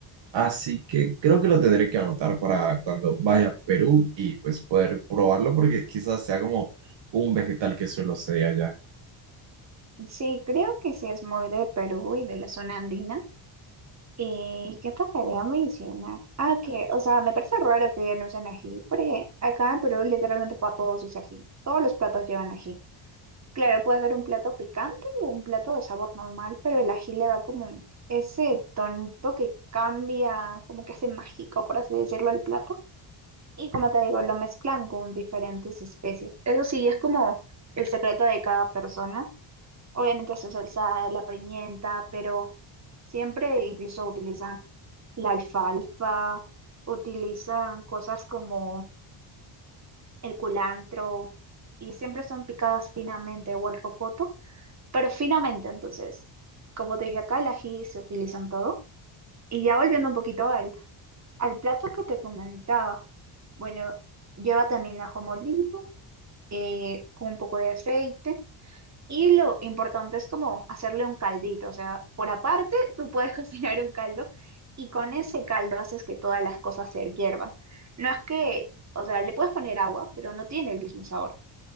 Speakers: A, on the right; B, on the right.
A: Así que creo que lo tendré que anotar para cuando vaya a Perú y pues poder probarlo porque quizás sea como un vegetal que suelo ser allá.
B: Sí, creo que sí es muy de Perú y de la zona andina. ¿Y qué te quería mencionar? Ah, que, o sea, me parece raro que ya no usen ají, porque acá en Perú literalmente para todos usan ají. Todos los platos llevan ají. Claro, puede ser un plato picante o un plato de sabor normal, pero el ají le da como ese tonito que cambia, como que hace mágico, por así decirlo, al plato. Y como te digo, lo mezclan con diferentes especies. Eso sí, es como el secreto de cada persona. Obviamente su salsa, la pimienta, pero siempre incluso utilizan la alfalfa, utilizan cosas como el culantro y siempre son picadas finamente o el rocoto pero finamente, entonces, como te dije acá, el ají se utiliza en todo. Y ya volviendo un poquito al, al plato que te comentaba. Bueno, lleva también ajo molido, eh, con un poco de aceite. Y lo importante es como hacerle un caldito. O sea, por aparte, tú puedes <laughs> cocinar un caldo y con ese caldo haces que todas las cosas se hiervan. No es que, o sea, le puedes poner agua, pero no tiene el mismo sabor.